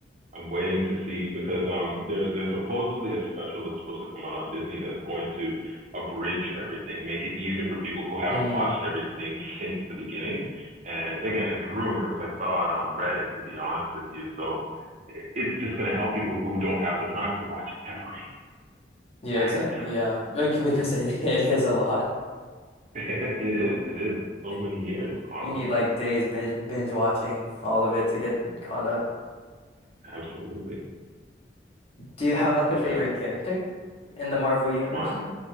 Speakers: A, on the right; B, on the left.
A: I'm waiting to see because um there there's supposedly a special that's supposed to come out on Disney that's going to abridge everything, make it easier for people who haven't
B: Mm.
A: watched everything since the beginning. And again, it's rumors. I saw it on Reddit, to be honest with you. So it- it's just going to help people who don't have the time to watch every,
B: Yeah,
A: right?
B: exactly. Yeah. Like, because it, it is a lot.
A: <laughs> It is. It is. It's so
B: It-
A: many years, honestly.
B: you need like days binge, binge watching all of it to get caught up.
A: Absolutely.
B: Do you have like
A: But
B: a favorite
A: yeah,
B: character in the Marvel universe?
A: mine.